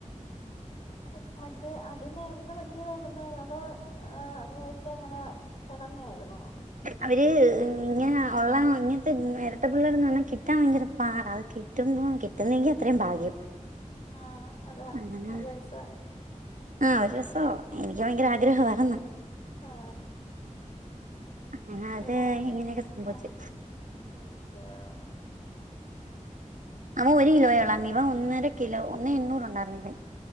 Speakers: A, on the left; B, on the right.
A: അപ്പം മറ്റേ അതിന് എന്ത് പറ്റിയതാര്ന്ന്, അതോ നേരത്തെ അങ്ങനെ കെടന്നെ ആയിരുന്നോ?
B: അവര് ഇങ്ങനെ ഉള്ള ഇങ്ങനത്തെ ഇരട്ട പിള്ളേർന്ന് പറഞ്ഞാ കിട്ടാൻ ഭയങ്കര പാടാ. അത് കി ട്ടുമ്പം കിട്ടുന്നെങ്കി അത്രയും ഭാഗ്യം.
A: ആഹ് അതാ
B: അങ്ങനെ
A: നല്ല രസവാ.
B: ആഹ് ഒരു രസവാ. എനിക്കും ഭയങ്കര ആഗ്രഹവായിര്ന്ന്.
A: ആഹ്.
B: അങ്ങനെ അത്
A: അല്ല
B: ഇങ്ങനെയൊക്കെ സംഭവിച്ച്.
A: ആഹ് <unintelligible>
B: അവ ഒരു കിലോയേ ഉള്ളാർന്ന്. ഇവൻ ഒന്നര കിലോ ഒന്നേ എണ്ണൂറുണ്ടായിരുന്നു ഇവൻ.